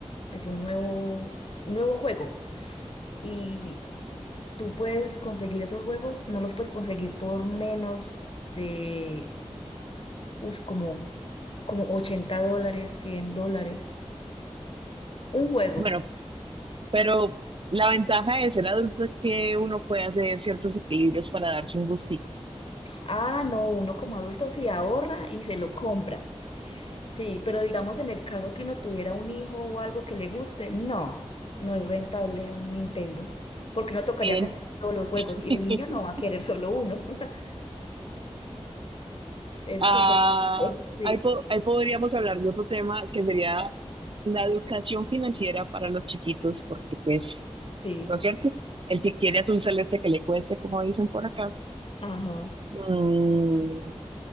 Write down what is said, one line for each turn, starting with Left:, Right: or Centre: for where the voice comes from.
Left: pues un nuevo, un nuevo juego. Y tú puedes conseguir esos juegos, no los puedes conseguir por menos de, uf, como, como 80 dólares, 100 dólares. Un juego.
Right: Bueno, pero la ventaja de ser adulto es que uno puede hacer ciertos equilibrios para darse un gustico.
Left: Ah, no, uno como adulto sí ahorra y se lo compra. Sí, pero digamos en el caso que uno tuviera un hijo o algo que le guste, no, no es rentable un Nintendo, porque uno tocaría
Right: En-
Left: comprar todos los juegos y
Right: <laughs>
Left: el niño no va a querer solo uno. <laughs> Es
Right: ah,
Left: súper... Sí,
Right: ahí, po- ahí podríamos hablar de otro tema que sería la educación financiera para los chiquitos, porque pues
Left: sí,
Right: ¿no es cierto? El que quiere azul celeste que le cueste, como dicen por acá.
Left: ajá.
Right: Mm,